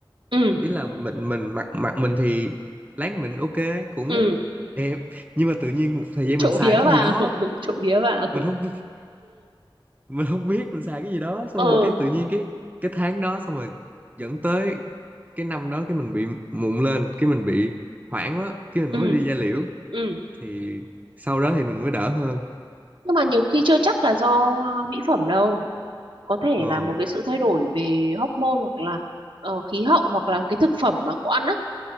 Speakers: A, on the right; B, on the right.
A: ừ
B: ý là mình mình mặc mặc mình thì láng mình ok cũng
A: ừ
B: đẹp nhưng mà tự nhiên một thời gian
A: trộm
B: mình xài
A: vía
B: cái
A: vào
B: gì đó
A: <laughs> trộm vía vào
B: mình không <laughs> mình không biết mình xài cái gì đó xong
A: ừ
B: rồi cái tự nhiên cái cái tháng đó xong rồi dẫn tới cái năm đó cái mình bị mụn lên cái mình bị hoảng quá cái mình
A: ừ
B: mới đi da liễu
A: ừ
B: thì sau đó thì mình mới đỡ hơn
A: nhưng mà nhiều khi chưa chắc là do mỹ phẩm đâu có thể
B: ờ.
A: là một cái sự thay đổi về hormone hoặc là ờ, khí hậu hoặc là cái thực phẩm mà cậu ăn á